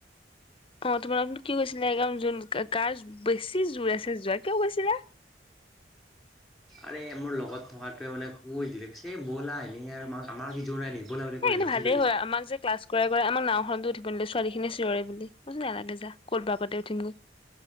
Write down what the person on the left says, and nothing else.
অ, তোমাৰ আপ কি কৈছিলে য গ বেছি জুোৰ আছে। যোৱা কিয় গৈছিলে।
সনে
ভালেই
হয় আমাক যে ক্লাছ কৰা। আমাক নাওখনতো উঠিব নিদিলে ছোৱালী খিনি চিঞৰে বুলি মই বোলো নালাগে যা ক'তব কাতে উঠিমগৈ।